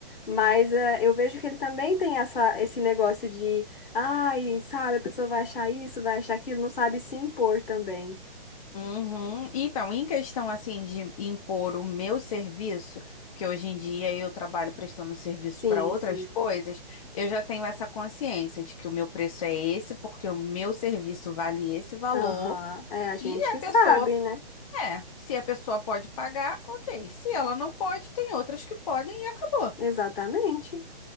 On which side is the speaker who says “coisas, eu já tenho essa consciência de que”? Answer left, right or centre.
Left